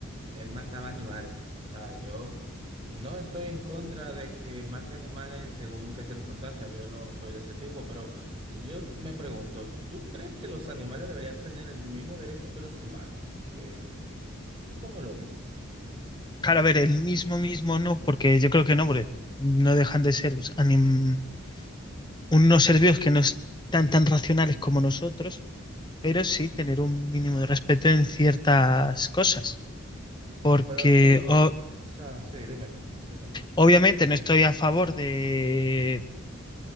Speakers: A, on the right; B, on the left.
A: él mataba animales. O sea, yo no estoy en contra de que mate animales en según qué circunstancias. Yo no soy de ese tipo, pero yo me pregunto, ¿tú crees que los animales deberían tener el mismo derecho que los humanos? Que, ¿tú cómo lo ves?
B: Claro, a ver, el mismo mismo no, porque yo creo que no, porque no dejan de ser pues, anim- unos seres vivos que no están tan racionales como nosotros, pero sí tener un mínimo de respeto en ciertas cosas. Porque
A: Pero tú,
B: o-
A: o sea, sí, dime, dime.
B: obviamente no estoy a favor de,